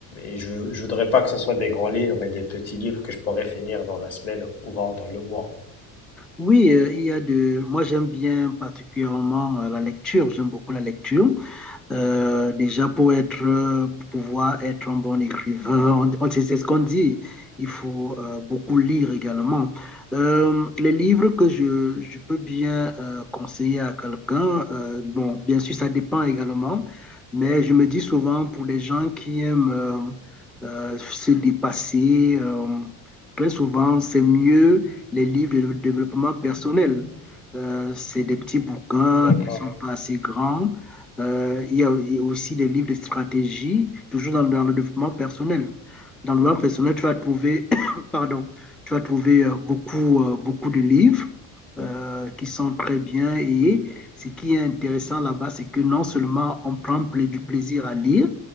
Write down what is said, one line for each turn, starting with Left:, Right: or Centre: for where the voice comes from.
Left: et je, je voudrais pas que ce soit des grands livres, mais des petits livres que je pourrais finir dans la semaine ou voire dans le mois.
Centre: Oui, euh, il y a de. Moi, j'aime bien particulièrement euh, la lecture. J'aime beaucoup la lecture. Euh, déjà pour être, euh, pour pouvoir être un bon écrivain, on- on- c'est c'est ce qu'on dit. Il faut euh, beaucoup lire également. Euh, les livres que je, je peux bien euh, conseiller à quelqu'un, euh, bon, bien sûr, ça dépend également, mais je me dis souvent pour les gens qui aiment euh, euh, se dépasser, euh, très souvent, c'est mieux les livres de développement personnel. Euh, c'est des petits bouquins,
Left: D'accord.
Centre: ils ne sont pas assez grands. Euh, il, y a, aussi des livres de stratégie, toujours dans, dans le développement personnel. Dans le développement personnel, tu vas trouver, <coughs> pardon, tu vas trouver euh, beaucoup, euh, beaucoup de livres euh, qui sont très bien. Et ce qui est intéressant là-bas, c'est que non seulement on prend du plaisir à lire,